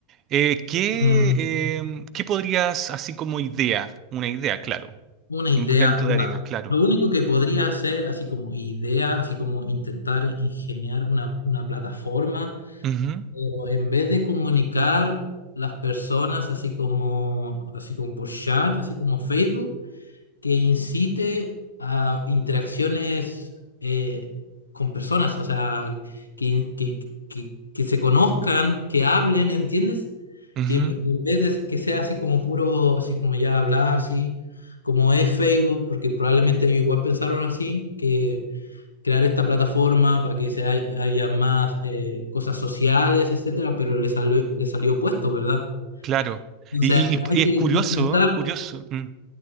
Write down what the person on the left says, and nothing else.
Mm,
una idea,
una,
lo único que podría hacer, así como idea, así como intentar ingeniar una, una plataforma
Pero en vez de comunicar las personas así como, así como por chat, así como Facebook, que incite a interacciones eh, con personas, o sea, que, que, que, que se conozcan, que hablen, ¿entiendes?
Que, me- que en vez de que sea así como puro, así como ya hablar, sí, como es Facebook, porque probablemente ellos igual pensaron así, que crear esta plataforma para que se hay- haya más eh, cosas sociales, etcétera, pero le salió, le salió opuesto, ¿verdad?
O
sea,
hay
que
intentar,